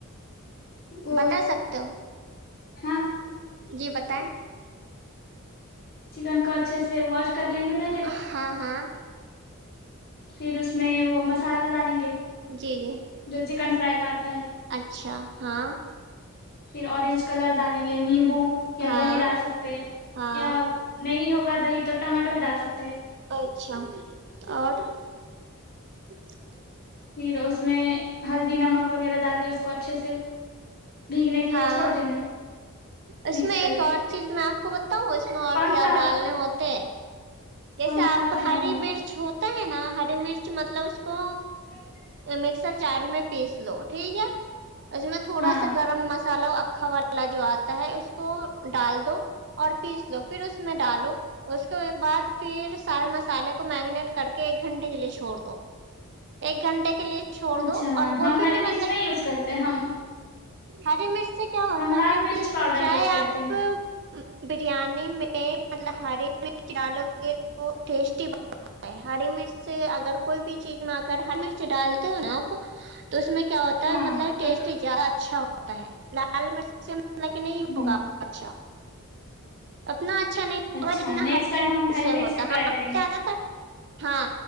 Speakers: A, on the left; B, on the right.
A: وہ
B: بتا سکتے ہو
A: ہاں
B: جی بتائیں
A: چکن کو اچھے سے واش کر لیں گے پہلے
B: ہاں ہاں
A: پھر اس میں وہ مسالہ ڈالیں گے
B: جی جی
A: جو چکن فرائی کا آتا ہے
B: اچھا ہاں
A: پھر آنج کلر ڈالیں گے نیمب یا
B: ہاں
A: دہی ڈال سکتے
B: ہاں
A: یا نہیں ہو <inaudible> دی تو ٹمٹو بھی ڈال سکتے <inaudible>
B: اچھا اور <inaudible>
A: پھر اس میں ہلدی نمک وغیرہ ڈال کے اس کو اچھے سے <inaudible> بھیگنے کے لیے
B: ہاں
A: چھوڑ دینا ہے <inaudible>
B: اس
A: مکس
B: میں
A: کر
B: ایک
A: کے
B: اور چیز میں آپ کو بتاؤں اس میں اور
A: کارن
B: کیا
A: فلاور
B: ڈالنے ہوتے جیسے
A: کارن
B: آپ
A: فلاور
B: کو
A: بھی
B: ہری
A: ڈالنا ہوتا
B: مرچ ہو ہے نا ہری مرچ مطلب اس کو
A: ہے؟
B: مکسر جار میں پیس لو ٹھیک ہے <inaudible> اس میں تھوڑا
A: ہاں
B: سا گرم مسالہ کھا والا جو آتا ہے اس کو ڈال دو اور پیس دو پھر اس میں ڈالو اس کے بعد پھر سارے مسالے کو میگنیٹ کر کے ایک گھنٹے کے لیے چھوڑ دو ایک گھنٹے کے لیے چھوڑ
A: اچھا
B: دو اور وہ
A: ہم
B: بھی
A: ہری مرچ
B: مطلب
A: نہیں یوز کرتے ہم
B: ہری مش <inaudible> اس سے کیا ہوتا
A: ہم لال
B: ہے
A: مرچ
B: کہ
A: پاؤڈر
B: چائے
A: یوز کرتے
B: آپ
A: ہیں
B: <inaudible> بریانی میں مطلب ہری مرچو تو ٹیسٹی ب ہے ہری مرچ اگر کوئی بھی چیز میں اگر ہر مرچ ڈالتے ہو نا آپ تو اس میں کیا ہوتا
A: ہاں
B: ہے مطلب ٹیسٹیادہ
A: تو
B: اچھا ہوتا ہے لال مرچ سے ح کہہ نہیں
A: ہ
B: ہوگا اچھا اتنا اچھا نہیں
A: اچھا
B: ہو جنا
A: نیکسٹ
B: ہ
A: ٹائم ہم ہری
B: سے
A: مرچ
B: ہوتا
A: ٹرائی
B: ہ
A: کریں
B: زیادہ
A: گے
B: تر ہاں